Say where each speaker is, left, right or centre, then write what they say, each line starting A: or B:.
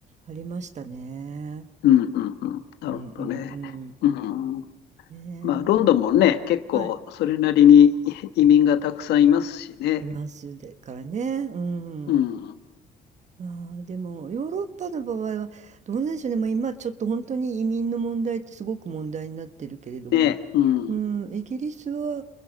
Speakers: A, on the right; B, on the left.
A: ありましたね。
B: うん、うん、うん。なるほどね。
A: うんうんうん。
B: うん。
A: ね
B: まあ、ロンドンもね、結構それなりに移民がたくさんいますしね。
A: え、はい、いますでからね、うん。
B: うん。
A: まあでもヨーロッパの場合はどうなんでしょうね、まあ、今ちょっと本当に移民の問題ってすごく問題になってるけれども、
B: ね、うん。
A: うん、イギリスは